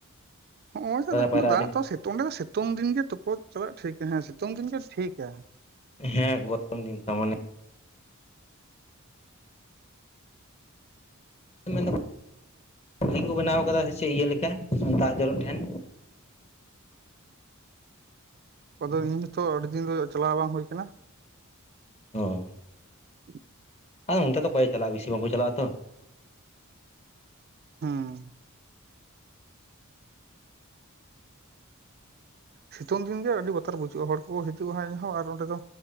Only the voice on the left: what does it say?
ᱯᱟᱭᱨᱟ
ᱟᱹᱰᱤ
ᱦᱮᱸ ᱜᱚᱨᱚᱢ ᱫᱤᱱ ᱛᱚ ᱢᱟᱱᱮ ᱢᱮᱱ ᱫᱚ <unintelligible> ᱵᱷᱟᱹᱜᱤ ᱜᱮᱠᱚ ᱵᱮᱱᱟᱣ ᱟᱠᱟᱫᱟ ᱥᱮ ᱪᱮᱜ ᱤᱭᱟᱹ ᱞᱮᱠᱟ ᱫᱟᱜ ᱡᱚᱨᱚᱜ ᱴᱷᱮᱸᱱ?
ᱚ
ᱟᱨ ᱚᱱᱛᱮ ᱫᱚ ᱚᱠᱚᱭ ᱪᱟᱞᱟᱜᱼᱟ ᱵᱮᱥᱤ ᱵᱟᱝᱠᱚ ᱪᱟᱞᱟᱜᱼᱟ ᱛᱚ?